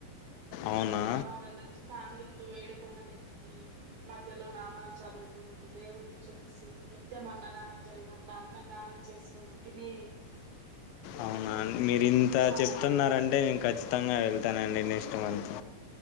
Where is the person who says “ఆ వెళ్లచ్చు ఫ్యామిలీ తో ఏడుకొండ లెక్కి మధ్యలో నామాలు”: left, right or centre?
Right